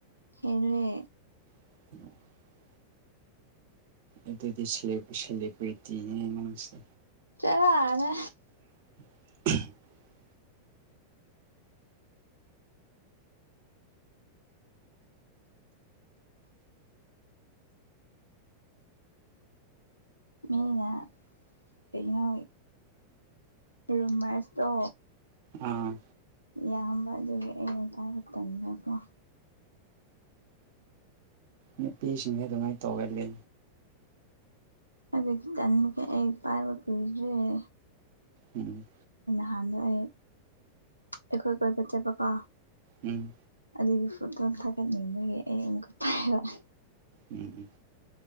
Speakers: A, on the left; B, on the right.
A: ꯍꯦꯜꯂꯦ
B: <inaudible> ꯑꯗꯨꯗꯤ ꯁꯦꯂꯦ ꯁꯦꯂꯦꯕ꯭ꯔꯤꯇꯤꯅꯦ ꯅꯪꯁꯦ
A: ꯆꯔ ꯑꯗ
B: ꯎꯝꯍꯨ
A: ꯃꯤꯅ ꯀꯩꯅꯣ ꯔꯨꯝꯃ꯭ꯔꯁꯇꯣ
B: ꯑꯥ
A: ꯌꯥꯝꯕ ꯑꯗꯨꯒꯤ ꯑꯩꯅ ꯄꯥꯏꯕ ꯇꯟꯕꯀꯣ
B: ꯅꯨꯄꯤꯁꯤꯡꯁꯦ ꯑꯗꯨꯃꯥꯏ ꯇꯧꯒꯜꯂꯤ
A: ꯑꯗꯨꯒꯤ ꯇꯟꯕꯒꯤ ꯑꯩ ꯄꯥꯏꯕ ꯀꯨꯏꯗ꯭ꯔꯤꯌꯦ
B: ꯎꯝ
A: ꯑꯍꯥꯟꯗ ꯑꯩ ꯑꯩꯈꯣꯏ ꯀꯣꯏꯕ ꯆꯠꯄꯀꯣ
B: ꯎꯝ
A: ꯑꯗꯨꯒꯤ ꯐꯣꯇꯣ ꯊꯥꯒꯠꯅꯤꯡꯕꯒꯤ ꯑꯩ ꯑꯃꯨꯛ <unintelligible>
B: ꯎꯝ ꯎꯝ